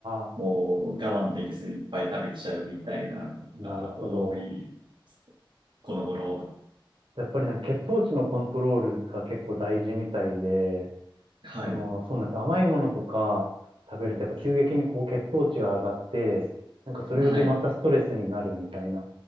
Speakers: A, on the right; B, on the right.
A: あ
B: もう我慢できずいっぱい食べちゃうみたいなのが多い、
A: あ、なるほど。
B: この頃。
A: やっぱりなんか血糖値のコントロールが結構大事みたいで、
B: はい。
A: その、そうなんですよ。甘いものとか食べるとやっぱ急激にこう血糖値が上がって、なんかそれでまたストレスになるみたいな
B: はい。